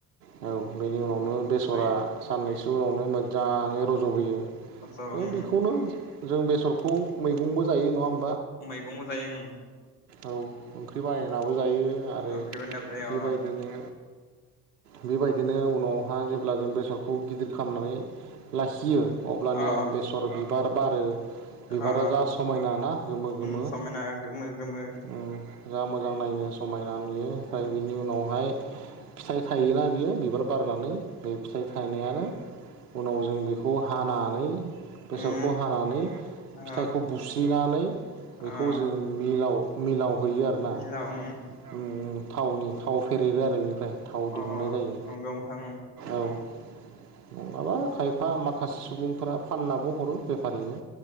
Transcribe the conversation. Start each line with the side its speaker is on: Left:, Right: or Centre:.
Right: नोंथां। औ बेनि उनाव नो
Left: ओमफ्राय
Right: बेसरा साननैसो उनावनो मोजाङै रज'बोयो
Left: सब
Right: दा
Left: उम
Right: बेखौनो जों बेसरखौ मैगंबो जायो नङा होम
Left: मैगंबो जायो उम
Right: औ ओंख्रि बायनाबो जायो आरो
Left: ओंख्रिबो होननाबो जायो
Right: बेबायदिनो।
Left: अ
Right: बेबायदिनो उनावहा जेब्ला जों बेसर खौ गिदिर खालामनानै लाखियो अब्लानिया
Left: अ
Right: बेसर बिबार बारो बिबारा
Left: अ
Right: जा समायना ना गोमो गोमो
Left: उम समायना गोमो गोमो
Right: उम जा
Left: ओमफ्राय
Right: मोजां नायनो समायना नुयो फाय
Left: उम
Right: बिनि उनावहाय फिथाइ थायोना बियो बिबार बारनानै बे फिथाइ थायनायानो उनाव जों बेखौ हानानै बेसरखौ
Left: उम
Right: हानानै फिथाइखौ
Left: अ
Right: बुस्रिनानै
Left: ओ
Right: बेखौ जों मिलाव मिलावहैयो आरोना
Left: मिलाव उम
Right: उम। थावनि थाव फेरेरो आरो बेनिफ्राय थाव दिहुननाय
Left: अ
Right: जायो
Left: नंगौ नोंथां
Right: औ। नङाबा खायफा माखासे सुबुंफोरा फाननाबो हरो बे फारिनो।